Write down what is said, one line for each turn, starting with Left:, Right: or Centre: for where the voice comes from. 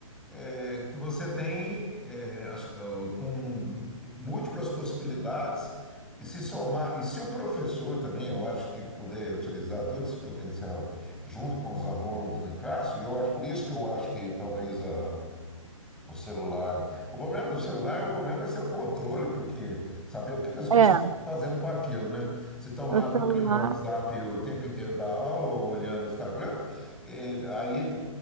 Centre: é, que você tem é, as- ó, com múltiplas possibilidades e se somar. E se o professor também, eu acho que puder utilizar todo esse potencial junto com os alunos em classe, eu acho por isso que eu acho que talvez a o celular. O problema do celular é o problema vai ser o controle, porque saber o que que as pessoas
Right: É,
Centre: estão fazendo com aquilo, né? Se estão lá
Right: o celular.
Centre: tocando no WhatsApp o tempo inteiro da aula ou olhando o Instagram, é, aí